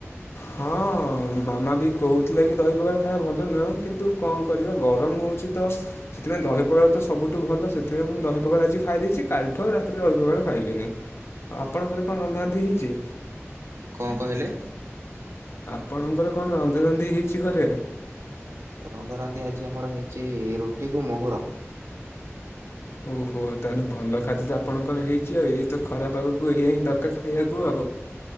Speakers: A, on the left; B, on the right.
A: ହଁ ମାମା ବି କୋହୁଥିଲା କି ଦହି ପଖାଳ ଖାଇବା ଭଲ ନୁହଁ କିନ୍ତୁ କଁ କରିବା ଗରମ ହୋଉଛି ତ? ସେଥିପାଇଁ ଦହି ପଖାଳ ତ ସବୁଠୁ ଭଲ ସେଥିପାଇଁ ମୁଁ ଦହି ପଖାଳ ଆଜି ଖାଇ ଦେଇେଇଛି କାଲଠୁ ଆଉ ରାତିରେ ଦହି ପଖାଳ ଖାଇବିନି। ଆଉ ଆପଣଙ୍କ ଘରେ କଁ ରନ୍ଧା ରନ୍ଧି ହେଇଛି?
B: କଁ କହିଲେ?
A: ଆପଣଙ୍କର କଣ ରନ୍ଧା ରନ୍ଧି ହେଇଛି ଘରେ?
B: ରନ୍ଧା ରନ୍ଧି ଆଜି ଆମର ହେଇଚି ରୁଟି କୁ ମୋହୁର।
A: ଓହୋ ତାହେନେ ଭଲ ଖାଦ୍ୟ ତ ଆପଣଙ୍କର ହେଇଛି ଆଉ ଏଇ ତ ଖରା ପାଗକୁ ଏଇଆ ହିଁ ଦକାର ଖାଇଆକୁ ଆଉ।